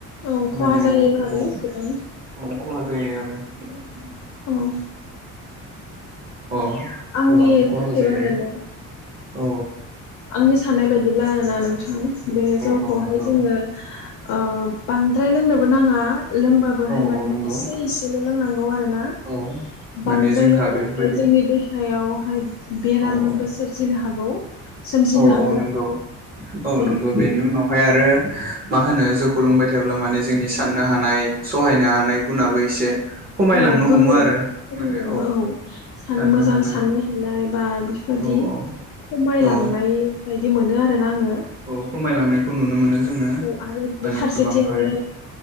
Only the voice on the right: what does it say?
माने
जों
औ खहा जायो आरो <unintelligible>
अ
गोबां खहा
जायो
औ
औ
औ नंगौ
औ
औ नंगौ
औ
माने जोंहा
बेफोरबायदि
औ औ
औ
औ नंगौ औ
नंगौ बेनि उनावहाय आरो मा होनो जौखौ लोंबाय थायोब्ला माने जोंनि साननो हानाय सहायनो हानाय गुनाबो एसे खमायलांनो
हमो आरो
माने
साननो
हानाय
औ औ
औ
औ खमायलांनायखौ नुनो मोनो जोङो
गोबांहाय